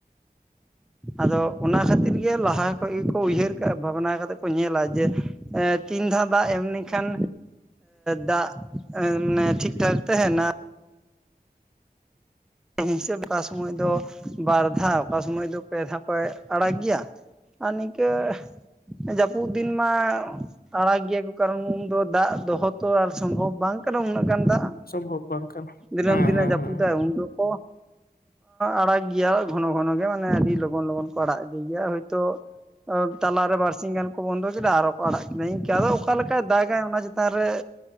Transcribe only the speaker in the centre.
ᱟᱫᱚ ᱚᱱᱟ ᱠᱷᱟᱹᱛᱤᱨ ᱜᱮ ᱞᱟᱦᱟ ᱠᱷᱚᱡᱽ ᱜᱮᱠᱚ ᱩᱭᱦᱟᱹᱨ ᱠᱟᱜᱼᱟ ᱵᱷᱟᱵᱽᱱᱟ ᱠᱟᱛᱮ ᱠᱚ ᱧᱮᱞᱟ ᱡᱮ, ᱮ ᱛᱤᱱ ᱫᱷᱟᱣ ᱫᱟᱜ ᱮᱢᱱᱤ ᱠᱷᱟᱱ ᱫᱟᱜ ᱢᱟᱱᱮ ᱴᱷᱤᱠᱴᱷᱟᱠ ᱛᱟᱦᱮᱱᱟ᱾ ᱦᱤᱥᱟᱹᱵᱽ ᱚᱠᱟ ᱥᱚᱢᱚᱭ ᱫᱚ ᱵᱟᱨ ᱫᱷᱟᱣ ᱚᱠᱟ ᱥᱚᱢᱚᱭ ᱫᱚ ᱯᱮ ᱫᱷᱟᱣ ᱠᱚ ᱟᱲᱟᱜ ᱜᱮᱭᱟ, ᱟᱨ ᱱᱤᱝᱠᱟᱹ ᱡᱟᱹᱯᱩᱫ ᱫᱤᱱ ᱢᱟ ᱟᱲᱟᱜ ᱜᱮᱭᱟ ᱠᱚ ᱠᱟᱨᱚᱱ ᱩᱱ ᱫᱚ ᱫᱟᱜ ᱫᱚᱦᱚ ᱛᱚ ᱟᱨ ᱥᱚᱢᱵᱷᱚᱵ ᱵᱟᱝ ᱠᱟᱱᱟ ᱩᱱᱟᱹᱜ ᱜᱟᱱ ᱫᱟᱜ
ᱫᱤᱱᱟᱹᱢ
ᱫᱤᱱᱮ
ᱡᱟᱹᱯᱩᱫᱟᱭ
ᱩᱱ ᱫᱚᱠᱚ ᱟᱲᱟᱜ ᱜᱮᱭᱟ ᱜᱷᱚᱱᱚ ᱜᱷᱚᱱᱚᱜᱮ ᱢᱟᱱᱮ ᱟᱹᱰᱤ ᱞᱚᱜᱚᱱ ᱞᱚᱜᱚᱱ ᱠᱚ ᱟᱲᱟᱜ ᱤᱫᱤᱭ ᱜᱮᱭᱟ ᱦᱳᱭᱛᱳ ᱛᱟᱞᱟᱮ ᱵᱟᱨᱥᱤᱝ ᱜᱟᱱ ᱠᱚ ᱵᱚᱱᱫᱚ ᱠᱮᱫᱟ ᱟᱨᱚ ᱠᱚ ᱟᱲᱟᱜ ᱠᱮᱫᱟ ᱤᱱᱠᱟᱹ ᱟᱫᱚ ᱚᱠᱟ ᱞᱮᱠᱟᱭ ᱫᱟᱜᱟᱭ ᱚᱱᱟ ᱪᱮᱛᱟᱱ ᱨᱮ